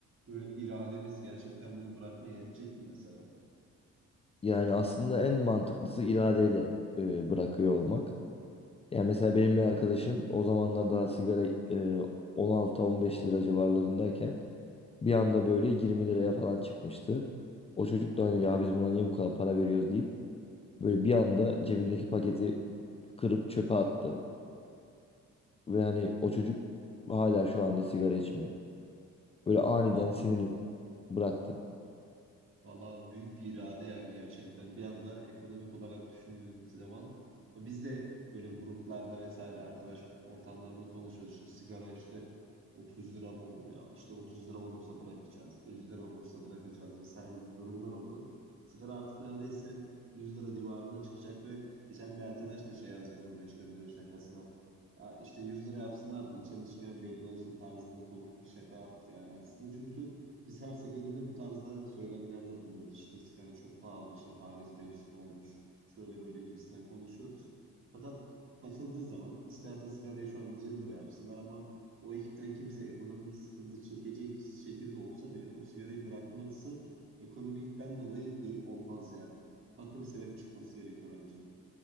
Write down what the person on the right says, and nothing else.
böyle irademiz gerçekten bunu bırakmaya yetecek mi mesela?
Abi
Valla büyük bir irade yani gerçekten. Bir anda ekonomik olarak düşündüğün zaman Ya biz de böyle gruplarda vesaire arkadaş ortamlarını konuşuyoruz. İşte sigara işte 30 lira mı olur ya? İşte 30 lira olursa bırakacağız. 50 lira olursa bırakacağız vesaire gibi durumlar oldu. Sigara artık neredeyse 100 lira civarına çıkacak ve geçen bir arkadaş da şey yazdı gruba işte böyle şakasına. Ya işte 100 lira yapsınlar da içen içmeyen belli olsun tarzında komik bir şaka yaptı yani aslında. Çünkü biz her seferinde bu tarzda söylemlerde bulunuyoruz. İşte sigara çok pahalı, işte tanesi 5 lira olmuş, şöyle böyle gibisinden konuşuyoruz. Fakat bakıldığı zaman isterse sigarayı şu an 150 lira yapsınlar ama o ekipten kimse ekonomik sıkıntı çekecek şekilde olsa bile o sigarayı bırakması ekonomikten dolayı değil, olmaz yani. Farklı bir sebep çıkması gerekiyor bence.